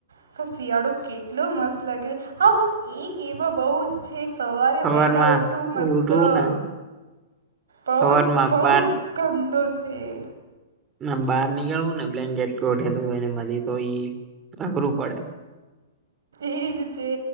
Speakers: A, on the right; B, on the right.
A: <unintelligible> શિયાળો કેટલો મસ્ત લાગે, હા બસ એક એવા બઉ જ છે સવારે
B: સવારમાં
A: વહેલા ઉઠવું મતલબ
B: ઉઠવું ને
A: બહું
B: સવારમાં
A: જ બહુ
B: બાર
A: જ ગંદો છે એ.
B: આમ બહાર નીકળવું ને બ્લેન્કેટ ઓઢેલું ને મલી તો ઈ અઘરું પડે.
A: એજ છે.